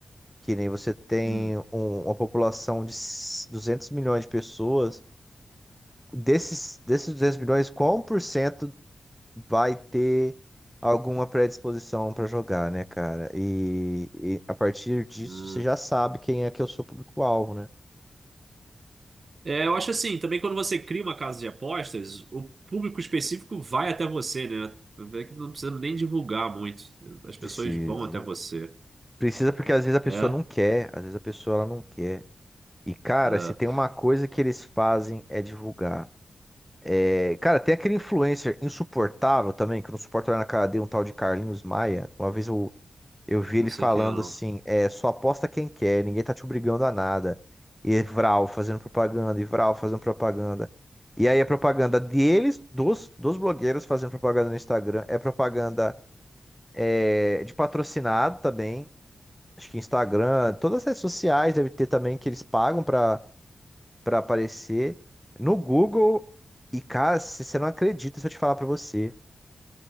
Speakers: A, in the centre; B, on the right.
A: Que nem você tem
B: Hum,
A: um- uma população de 200 milhões de pessoas Desses, desses 200 milhões, qual um por cento vai ter alguma predisposição para jogar, né, cara? E, e a partir disso
B: hum.
A: você já sabe quem é que é o seu público-alvo, né?
B: É, eu acho assim, também quando você cria uma casa de apostas, o público específico vai até você, né? É que não precisa nem divulgar muito. As pessoas
A: Precisa.
B: vão até você.
A: Precisa porque às vezes a pessoa
B: É,
A: não quer, às vezes a pessoa ela não quer. E, cara,
B: é,
A: se tem uma coisa que eles fazem é divulgar. É, cara, tem aquele influencer insuportável também, que eu não suporto olhar na cara dele, um tal de Carlinhos Maia. Uma vez eu Eu vi
B: não
A: ele
B: sei
A: falando
B: quem é, não.
A: assim, é, só aposta quem quer, ninguém tá te obrigando a nada. E Vral fazendo propaganda, e Vral fazendo propaganda. E aí a propaganda deles, dos, dos blogueiros fazendo propaganda no Instagram, é propaganda é, de patrocinado também. Acho que Instagram, todas as redes sociais deve ter também que eles pagam pra, pra aparecer. No Google, e cara, se você não acredita se eu te falar pra você.